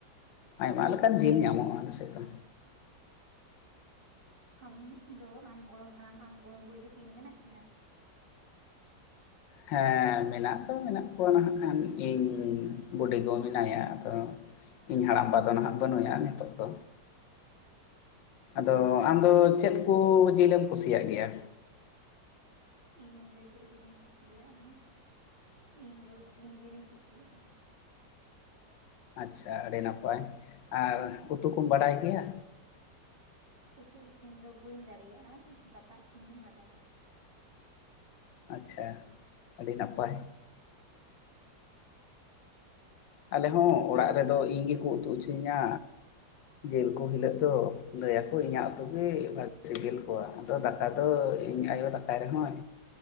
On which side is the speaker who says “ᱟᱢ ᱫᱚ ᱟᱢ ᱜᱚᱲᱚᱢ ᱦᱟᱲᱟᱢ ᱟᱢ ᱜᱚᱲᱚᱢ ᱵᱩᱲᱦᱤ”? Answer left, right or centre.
Right